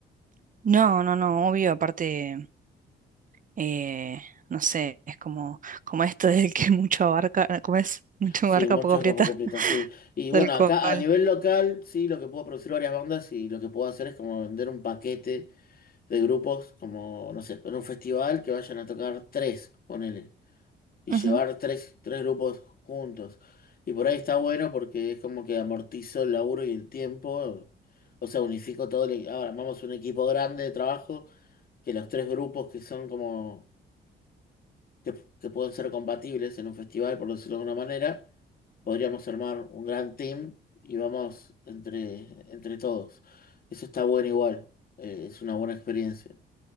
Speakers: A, on the right; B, on the left.
A: No, no, no, obvio, aparte, eh, no sé, es como, como esto del que <laughs> mucho abarca, ¿cómo es? Mucho
B: Sí,
A: abarca,
B: mucha
A: poco aprieta,
B: capa completa,
A: <laughs>
B: sí. Y
A: tal
B: bueno, acá
A: cual.
B: a nivel local, sí, lo que puedo producir varias bandas y lo que puedo hacer es como vender un paquete de grupos, como, no sé, en un festival que vayan a tocar tres, ponele. y llevar
A: Ujú,
B: tres, tres grupos juntos. Y por ahí está bueno porque es como que amortizo el laburo y el tiempo, o sea, unifico todo, el, e, ahora armamos un equipo grande de trabajo, que los tres grupos que son como, que, que pueden ser compatibles en un festival, por decirlo de alguna manera, podríamos armar un gran team y vamos entre, entre todos. Eso está bueno igual, eh, es una buena experiencia.